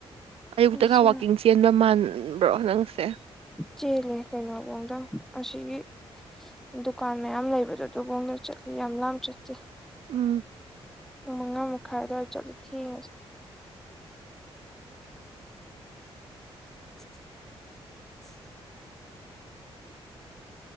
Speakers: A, on the right; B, in the centre.
A: ꯑꯌꯨꯛꯇꯒ
B: ꯑꯩꯁꯦ
A: ꯋꯥꯛꯀꯤꯡ ꯆꯦꯟꯕ ꯃꯥꯟꯕ꯭ꯔꯣ ꯅꯪꯁꯦ
B: ꯆꯦꯜꯂꯦ ꯀꯩꯅꯣꯕꯣꯡꯗꯪ ꯑꯁꯤꯒꯤ ꯗꯨꯀꯥꯟ ꯃꯌꯥꯝ ꯂꯩꯕꯗꯣ ꯑꯗꯨꯕꯣꯡꯗ ꯆꯠꯂꯤ ꯌꯥꯝ ꯂꯥꯞ ꯆꯠꯇꯦ
A: ꯎꯝ
B: ꯄꯨꯡ ꯃꯉꯥ ꯃꯈꯥꯏꯗꯋꯥꯔ ꯆꯠꯂꯣ ꯊꯦꯡꯉꯁꯤ ꯏꯟꯑꯣꯗꯤꯕꯜ